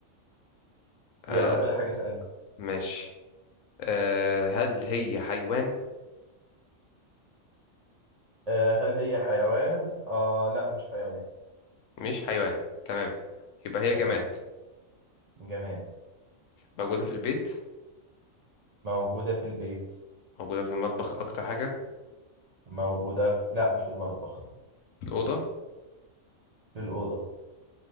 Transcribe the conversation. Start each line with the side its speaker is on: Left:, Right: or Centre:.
Left: آه
Right: يلا انا في بالي حاجه اسالها
Left: ماشي آه هل هي حيوان
Right: أه هل هي حيوان اه لا مش حيوان
Left: مش حيوان تمام يبقى هي
Right: حيوان
Left: جماد
Right: جماد
Left: موجودة في البيت
Right: موجوده في البيت
Left: موجودة في المطبخ اكتر حاجة
Right: موجوده في لا مش في المطبخ
Left: في الأوضة
Right: في الاوضه